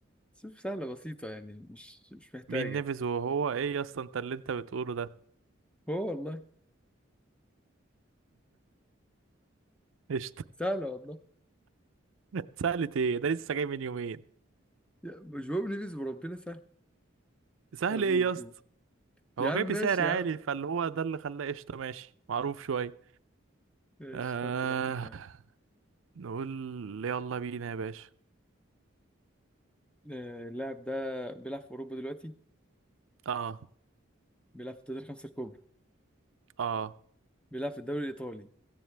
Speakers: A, in the centre; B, on the right (about 75°).
A: شوف سهلة بسيطة يعني مش مش محتاجة
B: مين نيفيز وهو ايه يا اسطى انت اللي انت بتقوله ده
A: هو والله
B: قشطة
A: سهلة والله
B: <laughs> سهلة ايه ده لسه جاي من يومين
A: يا- جواو ليفيز وربنا سهل
B: سهل
A: طب
B: ايه
A: قول
B: يا اسطى
A: قول.
B: هو
A: يا عم
B: جاي
A: ماشي
B: بسعر عالي
A: يا عم
B: فاللي هو ده اللي خلاه قشطة ماشي معروف شوية
A: ماشي
B: آه...
A: حط لاعب في دماغك
B: نقول يلا بينا يا باشا
A: آه، اللاعب ده بيلعب في أوروبا دلوقتي
B: اه
A: بيلعب في الدوري الخمسة الكبرى
B: اه
A: بيلعب في الدوري الإيطالي